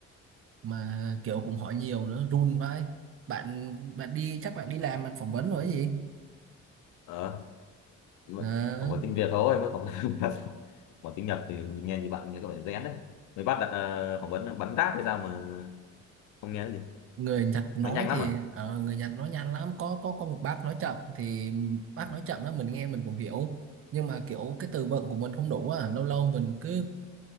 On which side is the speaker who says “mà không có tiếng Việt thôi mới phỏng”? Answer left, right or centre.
Left